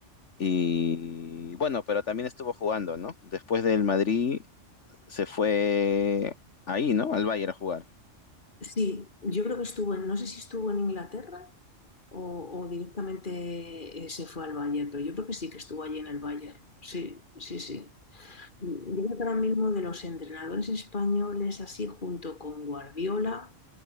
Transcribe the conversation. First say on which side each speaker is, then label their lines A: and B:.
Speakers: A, on the left; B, on the left.
A: y bueno, pero también estuvo jugando, ¿no? Después del Madrid se fue ahí, ¿no? Al Bayern a jugar.
B: sí, yo creo que estuvo en, no sé si estuvo en Inglaterra o, o directamente eh, se fue al Bayern, pero yo creo que sí que estuvo allí en el Bayern. Sí, sí, sí. Yo creo que ahora mismo de los entrenadores españoles, así junto con Guardiola,